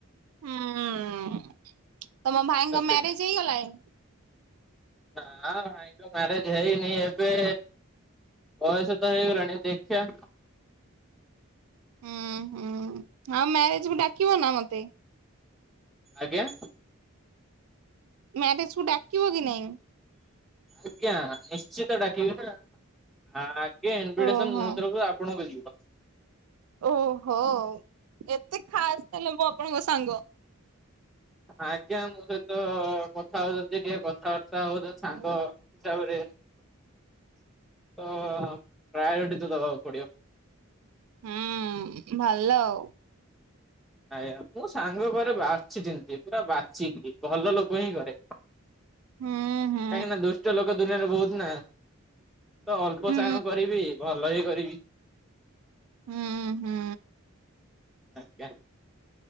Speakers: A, on the right; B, in the centre.
A: ହୁଁ, ତମ ଭାଇଙ୍କ
B: ତା
A: ମ୍ୟାରେଜ ହେଇଗଲାଣି?
B: ନାଁ ଭାଇଙ୍କ ମ୍ୟାରେଜ୍ ହେଇନି ଏବେ ବୟସ ତ ହେଇଗଲାଣି ଦେଖିଆ
A: ହୁଁ ହୁଁ ଆଉ ମ୍ୟାରେଜକୁ ଡାକିବ ନା ମତେ?
B: ଆଜ୍ଞା!
A: ମ୍ୟାରେଜ୍ କୁ ଡାକିବ କି ନାଇଁ?
B: ଆଜ୍ଞା, ନିଶ୍ଚିତ ଡାକିବି ନା। ଆଗେ ଇନଭିଟେସନ
A: ଓହୋ
B: ମୋ ତରଫରୁ ଆପଣଙ୍କୁ ଯିବ।
A: ଓହୋ, ଏତେ ଖାସ୍ ତାହେଲେ ମୁଁ ଆପଣଙ୍କ ସାଙ୍ଗ!
B: ଆଜ୍ଞା ମୋ ସହିତ କଥା ହଉଚନ୍ତି ଟିକେ କଥାବାର୍ତ୍ତା ହଉଚନ୍ତି ସାଙ୍ଗ
A: ହୁଁ
B: ହିସବାରେ ତ ପ୍ରାୟୋରିଟି ତ ଦେବାକୁ ପଡ଼ିବ।
A: ହୁଁ ଭଲ ଆଉ।
B: ଆଜ୍ଞା ମୁଁ ସାଙ୍ଗ ଘରେ ବାଛି ଚିନ୍ତି ପୁରା ବାଛିିକି ଭଲ ଲୋକ ହିଁ କରେ।
A: ହୁଁ ହୁଁ
B: କାହିଁକି ନା ଦୁଷ୍ଟ ଲୋକ ଦୁନିଆରେ ବହୁତ ନା। ତ ଅଳ୍ପ
A: ହୁଁ
B: ସାଙ୍ଗ କରିବି ଭଲ ହି କରିବି।
A: ହୁଁ ହୁଁ।
B: ଆଜ୍ଞା।